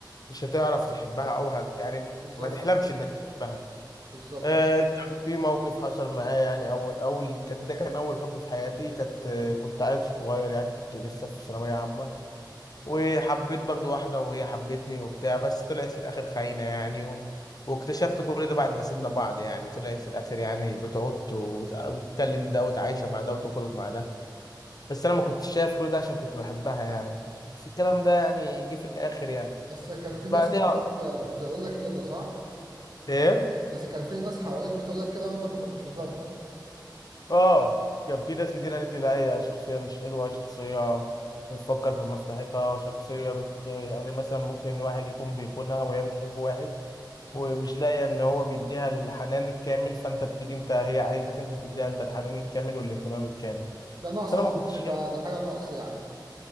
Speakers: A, on the left (about 55°); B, on the right (about 60°).
A: مش هتعرف تحبها او هت... يعني
B: بالظبط
A: ما تحلمش انك تحبها
B: بالظبط
A: آه، كان في موقف حصل معايا يعني أول أول كان ده كان أول حب في حياتي كانت آه، كنت عيل صغير يعني كنت لسه في ثانوية عامة وحبيت برضو واحدة وهي حبتني وبتاع بس طلعت في الآخر خاينة يعني و... واكتشفت كل ده بعد ما سيبنا بعض يعني طلعت في الآخر يعني بتعط وت- وتكلم ده وتعايشة مع ده وتخرج مع ده بس أنا ما كنتش شايف كل ده عشان كنت بحبها يعني بس الكلام ده يعني جه في الآخر يعني
B: بس كان في ناس
A: بعدها
B: حواليك بتقول لك كده صح
A: إيه؟
B: بس كان في ناس حواليك بتقول لك كده وانت ما كنتش مصدق
A: اه كان في ناس كتير قالت لي لا هي شخصية مش حلوة شخصية بتفكر في مصلحتها شخصية بت... يعني مثلا ممكن واحد يكون بيخونها وهي بتحب واحد ومش لاقية ان هو بيديها الحنان الكامل فانت بتيجي انت هي عايزك انت تديها انت الحنان الكامل والاهتمام الكامل
B: ده نقص
A: بس انا
B: عاطفي
A: ما كنتش
B: ده
A: شايف
B: ده حاجه نقص يعني